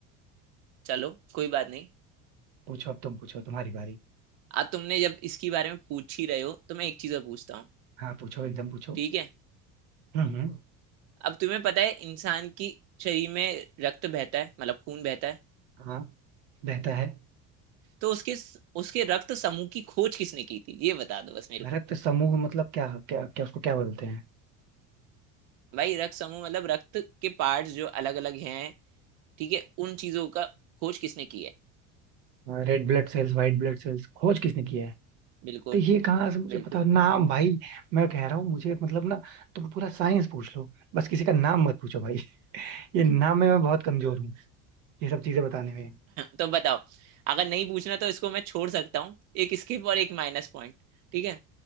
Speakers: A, on the right; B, on the right.
A: चलो कोई बात नहीं
B: पूछो अब तुम पूछो तुम्हारी बारी
A: अब तुमने जब इसके बारे में पूछ ही रहे हो तो मैं एक चीज और पूछता हूँ
B: हाँ पूछो एकदम पूछो
A: ठीक है
B: हम्म हम्म
A: अब तुम्हें पता है इंसान की शरीर में रक्त बहता है मतलब खून बहता है
B: हाँ रहता है
A: तो उसके उसके रक्त समूह की खोज किसने की थी ये बता दो बस मेरे
B: रक्त
A: को
B: समूह मतलब क्या क्या क्या उसको क्या बोलते हैं
A: भाई रक्त समूह मतलब रक्त के पार्ट्स जो अलग अलग हैं ठीक है उन चीजों का खोज किसने की है
B: Red blood cells white blood cells खोज किसने किया है
A: बिल्कुल
B: तो ये कहाँ से मुझे
A: बिल्कुल
B: पता नाम भाई मैं कह रहा हूँ मुझे मतलब ना तुम पूरा साइंस पूछ लो बस किसी का नाम मत पूछो भाई <laughs> ये
A: <clears throat>
B: नाम में मैं बहुत कमजोर हूँ
A: <coughs>
B: ये सब चीजें बताने में
A: तो बताओ अगर नहीं पूछना तो इसको मैं छोड़ सकता हूँ एक स्किप और एक माइनस पॉइंट ठीक है